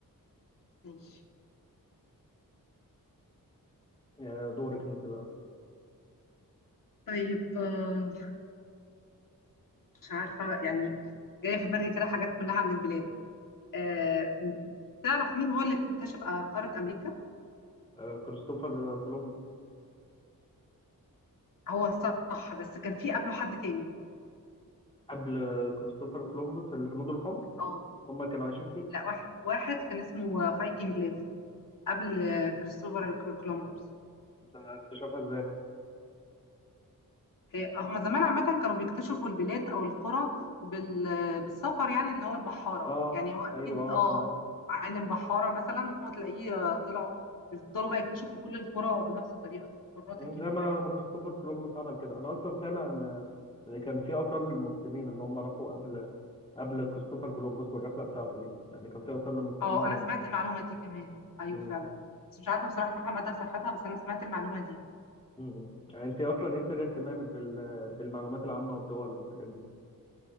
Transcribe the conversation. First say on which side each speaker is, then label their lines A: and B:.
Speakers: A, on the left; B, on the left.
A: ماشي
B: آه، دورك أنت بقى
A: طيب آه، مش عارفة يعني جاية في دماغي كده حاجات كلها عن البلاد آه، تعرف مين هو اللي اكتشف قارة أمريكا؟
B: آه، كريستوفر كولومبوس
A: هو صح بس كان في قبله حد تاني
B: قبل كريستوفر كولومبوس الهنود الحمر
A: اه
B: هم كانوا عايشين فيها
A: لا واحد واحد كان اسمه فايكنج ليف قبل كريستوفر كولومبرز
B: اكتشفها ازاي
A: إيه، هما زمان عامة كانوا بيكتشفوا البلاد أو القرى بال... بالسفر يعني اللي هو البحارة
B: اه
A: يعني هو
B: ايوه
A: أكيد
B: اه
A: اه
B: أنا عارف.
A: عالم بحارة مثلا وتلاقيه آه، طلعوا بيفضلوا بقى يكتشفوا كل القرى بنفس الطريقة دي القارات
B: يعني
A: الكبيرة
B: زي ما
A: يعني
B: ما كريستوفر كولومبوس عمل كده انا اصلا سامع ان ان كان في اثار للمسلمين ان هم راحوا قبل قبل كريستوفر كولومبوس والرحله بتاعته دي يعني كان في اثار للمسلمين
A: اه
B: هناك
A: أنا سمعت المعلومة دي كمان أيوه
B: امم
A: فعلا بس مش عارفة بصراحة مدى صحتها بس أنا سمعت المعلومة دي
B: امم يعني انت اصلا ايه سر اهتمامك بال... بالمعلومات العامه والدول والحاجات دي